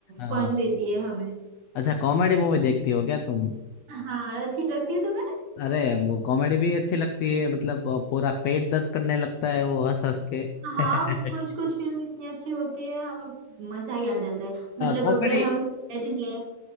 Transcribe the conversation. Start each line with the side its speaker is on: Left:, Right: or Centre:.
Left: हाँ।
Right: फन देती है हमें
Left: अच्छा कॉमेडी मूवी देखती हो क्या तुम
Right: हाँ अच्छी लगती है तुम्हें
Left: अरे वो कॉमेडी भी अच्छी लगती है मतलब पूरा पेट दर्द करने लगता है वो हंस हंस के
Right: हाँ
Left: <laughs>
Right: कुछ कुछ फिल्म इतनी अच्छी होती है हाँ, मजा ही आ जाता है मतलब
Left: कॉमेडी
Right: अगर हम सैड हैं